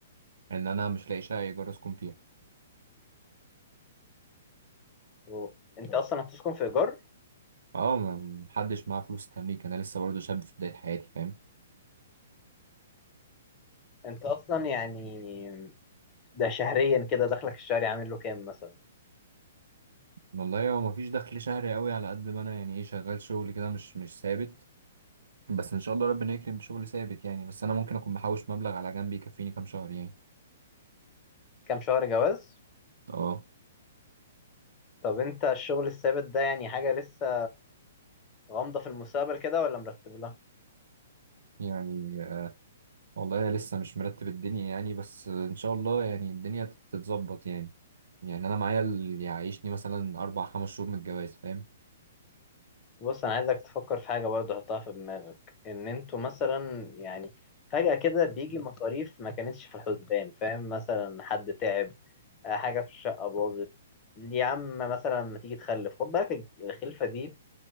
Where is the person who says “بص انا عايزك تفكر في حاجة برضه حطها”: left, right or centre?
Left